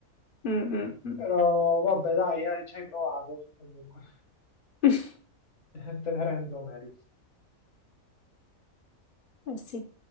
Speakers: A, on the left (about 40°); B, on the left (about 55°).
A: mm, mm, mm.
B: Però vabbè, dai, hai- ci hai provato comunque,
A: <laughs>
B: <laughs> te ne rendo merito.
A: Eh sì.